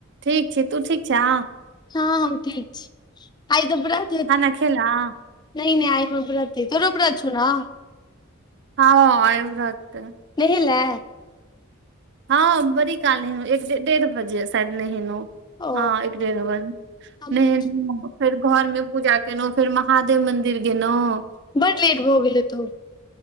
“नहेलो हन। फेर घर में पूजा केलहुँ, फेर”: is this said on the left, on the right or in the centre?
Right